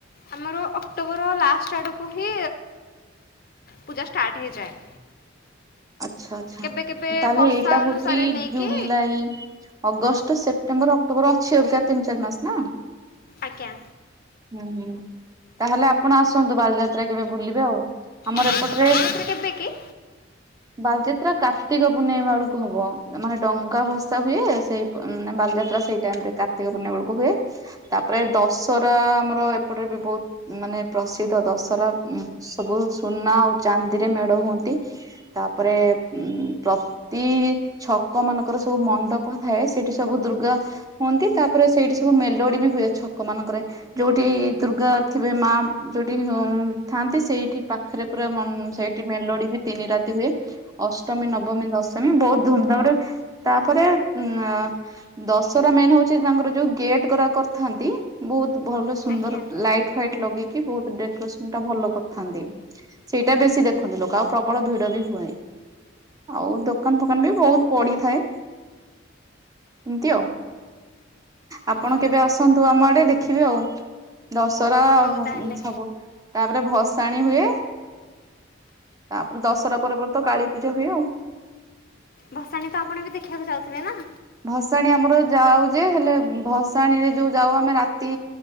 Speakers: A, on the left; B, on the right.
A: ଆମର ଅକ୍ଟୋବର ଲାଷ୍ଟ ଆଡ଼କୁ ହିଁ ପୂଜା ଷ୍ଟାର୍ଟ ହେଇଯାଏ।
B: ଆଚ୍ଛା ଆଚ୍ଛା
A: କେବେ କେବେ
B: ତାହେଲେ
A: ବର୍ଷା
B: ଏଇଟା
A: ଅନୁସାରେ
B: ହଉଛି
A: ନେଇକି
B: ଜୁଲାଇ। ଅଗଷ୍ଟ ସେପ୍ଟେମ୍ବର ଅକ୍ଟୋବର ଅଛି ହରିକା ତିନି ଚାରି ମାସ ନା।
A: ଆଜ୍ଞା।
B: ହୁଁ ହୁଁ ତାହେଲେ ଆପଣ ଆସନ୍ତୁ ବାଲିଯାତ୍ରା କେବେ ଭୁଲିବେ ଆଉ। ଆମର
A: ବାଲିଯାତ୍ରା
B: ଏପଟରେ
A: କେବେକି?
B: ବାଲିଯାତ୍ରା କାର୍ତ୍ତିକ ପୂର୍ଣ୍ଣିମା ବେଳକୁ ହବ ମାନେ ଡଙ୍ଗା ଭସା ହୁଏ ସେଇ ମାନେ ବାଲିଯାତ୍ରା ସେଇ ଟାଇମ ରେ କାର୍ତିକ ପୂର୍ଣମ ବେଳକୁ ହୁଏ। ତାପରେ ଦଶହରା ଆମର ଏପଟେ ବି ବହୁତ ମାନେ ପ୍ରସିଦ୍ଧ ଦଶହରା ସବୁ ସୁନା ଆଉ ଚାନ୍ଦିରେ ମେଢ ହୁଅନ୍ତି। ତାପରେ ଉଁ ପ୍ରତ ତି ଛକ ମାନଙ୍କର ସବୁ ମଣ୍ଡପ ଥାଏ ସେଠି ସବୁ ଦୁର୍ଗା ହୁଅନ୍ତି। ତାପରେ ସେଇଠି ସବୁ ମେଲୋଡି ବି ହୁଏ ଛକ ମାନଙ୍କରେ। ଯୋଉଠି ଦୁର୍ଗା ଥିବେ ମାମ୍ ଯୋଉଠି ମୁଁ ଥାନ୍ତି ସେଇଠି ପାଖରେ ପୁରା ଉଁ ସେଇଠି ମେଲୋଡି ବି ତିନି ରାତି ହୁଏ। ଅଷ୍ଟମୀ, ନବମୀ, ଦଶମୀ ବହୁତ ଧୁମଧାମ ରେ ତାପରେ ଉଁ ଦଶହରା ମେନ୍ ହଉଛି ତାଙ୍କର ଯୋଉ ଗେଟ୍ ଗୁରା କରିଥାନ୍ତି, ବହୁତ ଭଲସେ ସୁନ୍ଦର
A: ଆଜ୍ଞା
B: ଲାଇଟ୍ ଫାଇଟ ଲଗେଇ ବହୁତ ଡେକୋରେସନ ଟା ଭଲ କରିଥାନ୍ତି। ସେଇଟା ବେଶୀ ଦେଖନ୍ତି ଲୋକ ଆଉ ପ୍ରବଳ ଭିଡ଼ ଡ଼ ବି ହୁଏ। ଆଉ ଦୋକାନ ଫୋକାନ ବି ବହୁତ ପଡିଥାଏ। ଏମିତି ଆଉ। ଆପଣ
A: ଓହୋ
B: କେବେ ଆସନ୍ତୁ ଆମ ଆଡେ ଦେଖିବେ ଆଉ। ଦଶହରା
A: ହଉ ତାହେଲେ
B: ସବୁ ତାପରେ ଭସାଣୀ ହୁଏ। ତାପରେ ଦଶହରା ପରେ ପରେ ତ କାଳୀ ପୂଜା ହୁଏ ଆଉ।
A: ଭସାଣୀ ତ ଆପଣ ବି ଦେଖିବାକୁ ଯାଉଥିବେ ନା?
B: ଭସାଣୀ ଆମର ଯାଉ ଯେ ହେଲେ ଭସାଣୀରେ ଯୋଉ ଯାଉ ଆମେ ରାତି